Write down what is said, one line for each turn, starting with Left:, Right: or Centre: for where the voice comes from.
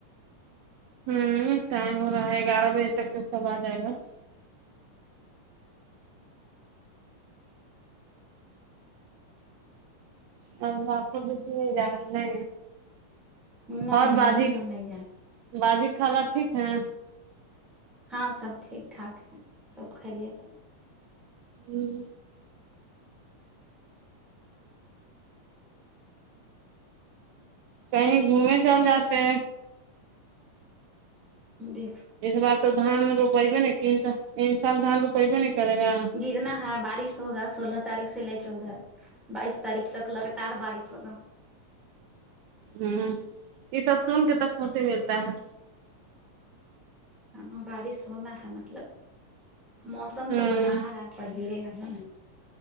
Right: ہوں ٹائم ہو رہا ہے گیارہ بجے تک کے سب آ جائے گا اور باپ بھی چھوڈی میں جا ہے
Centre: گا نہیں
Right: اور بازی
Centre: ابھی ہم نہیں جائیں
Right: بازی خالہ ٹھیک ہے
Centre: ہاں سب ٹھیک ٹھاک ہے سب خیریت ہے
Right: ہوں کہیں گھومے چل جاتے
Centre: دیک
Right: اس بار تو دھان روپیے نہیں ان سال دھان روپیبے نہیں کرے گا
Centre: گرنا ہے بارش ہوگا سولہ تاریخ سے لے کے ادھر بائیس تاریخ تک لگاتار بارش ہوگا
Right: ہوں یہ سب سن کے تو خوشی ملتا ہے
Centre: ہاں بارش ہونا ہے مطلب موسم
Right: ہوں
Centre: تو بنا رہا ہے پر گرے ہی